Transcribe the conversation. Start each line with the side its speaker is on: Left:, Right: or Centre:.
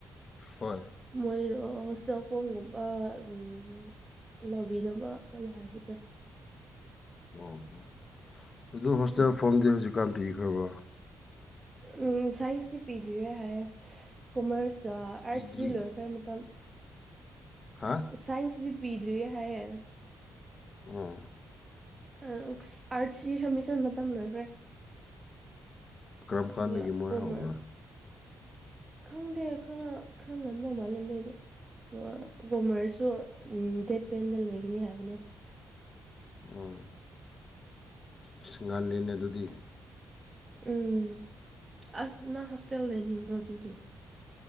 Left: ꯍꯣꯏ
Right: ꯃꯣꯏꯗꯣ ꯍꯣꯁꯇꯦꯜ ꯐꯣꯝꯒꯨꯝꯕ ꯎꯝ ꯂꯧꯕꯤꯅꯕ ꯌꯥꯝ ꯍꯥꯏꯕꯗ
Left: ꯑꯣ ꯑꯣ ꯑꯗꯨ ꯍꯣꯁꯇꯦꯜ
Right: ꯎꯝ
Left: ꯐꯣꯔꯝꯗꯤ ꯍꯧꯖꯤꯛꯀꯥꯟ ꯄꯤꯈ꯭ꯔꯕ
Right: ꯎ ꯁꯥꯏꯟꯁꯇꯤ ꯄꯤꯗ꯭ꯔꯤꯌꯦ ꯍꯥꯏꯌꯦ ꯀꯣꯃꯔꯁꯀ ꯑꯥꯔꯠꯁꯇꯤ
Left: ꯄꯤꯗ꯭ꯔꯤ
Right: ꯂꯣꯏꯈ꯭ꯔꯦ ꯃꯇꯝ
Left: ꯍꯥ
Right: ꯁꯥꯏꯟꯁꯗꯤ ꯄꯤꯗ꯭ꯔꯤꯌꯦ ꯍꯥꯏꯌꯦ
Left: ꯑꯍꯎꯝ
Right: ꯑ ꯑꯨꯛꯁ ꯑꯥꯔꯠꯁꯤ ꯁꯃꯤꯁꯟ ꯃꯇꯝ ꯂꯣꯏꯈ꯭ꯔꯦ
Left: ꯀꯔꯝ
Right: ꯑꯗꯨꯢꯌ
Left: ꯀꯥꯟꯗꯒꯤ ꯃꯣꯏ
Right: ꯀꯣꯃꯔ
Left: ꯍꯧꯕ꯭ꯔꯥ
Right: ꯈꯪꯗꯦ ꯈꯔ ꯈꯔ ꯉꯟꯕ ꯃꯥꯜꯂꯦ ꯃꯣꯏꯗꯣ ꯗꯨꯑ ꯀꯣꯃꯔꯁꯨ ꯗꯦꯠ ꯇꯦꯟꯗ ꯂꯣꯏꯒꯅꯤ ꯍꯥꯏꯕꯅꯦ
Left: ꯎ ꯑ ꯑꯤꯁ ꯉꯜꯂꯦꯅꯦ ꯑꯗꯨꯗꯤ
Right: ꯎꯝ ꯑꯁ ꯅꯪ ꯍꯣꯁꯇꯦꯜ ꯂꯩꯅꯤꯡꯕ꯭ꯔꯣ ꯑꯗꯨꯗꯤ